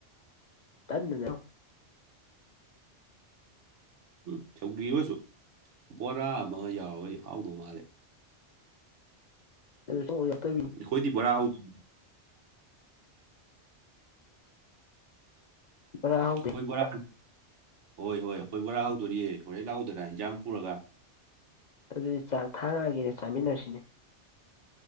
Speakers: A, on the left (about 50°); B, on the right (about 80°).
A: ꯇꯅꯦ
B: ꯎꯝ ꯁꯧꯗꯔꯁꯨ ꯕꯣꯔꯥ ꯑꯃꯒ ꯌꯥꯎꯔꯒꯗꯤ ꯍꯥꯎꯗꯧ ꯃꯥꯜꯂꯦ
A: ꯑꯗꯨ ꯌꯧꯔꯛꯇꯕꯤꯅꯤ
B: ꯑꯩꯈꯣꯏꯗꯤ ꯕꯣꯔꯥ ꯍꯧꯗꯦ
A: ꯕꯣꯔꯥ ꯍꯧꯗꯦ
B: ꯑꯩꯈꯣꯏ ꯕꯣꯔꯥ ꯍꯣꯏ ꯍꯣꯏ ꯑꯩꯈꯣꯏ ꯕꯣꯔꯥ ꯍꯥꯎꯗꯣꯔꯤꯌꯦ ꯍꯣꯔꯦꯟ ꯂꯥꯎꯗꯅ ꯏꯟꯖꯥꯡ ꯄꯨꯔꯒ
A: ꯑꯗꯨꯗꯤ ꯆꯥꯛ ꯊꯥꯔꯛꯑꯒꯦꯅꯦ ꯆꯥꯃꯤꯟꯅꯔꯁꯤꯅꯦ